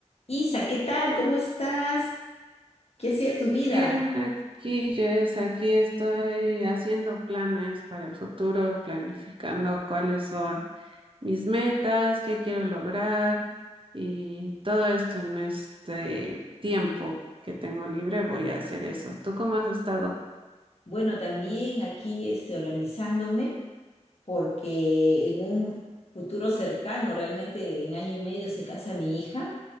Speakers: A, on the left (about 55°); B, on the right (about 45°).
A: Isa, ¿qué tal? ¿Cómo estás? ¿Qué ha sido tu vida?
B: Bien, aquí Jess, aquí estoy haciendo planes para el futuro, planificando cuáles son mis metas, qué quiero lograr y todo esto en este tiempo que tengo libre voy a hacer eso. ¿Tú cómo has estado?
A: Bueno, también aquí este, organizándome. porque en un futuro cercano, realmente en año y medio, se casa mi hija.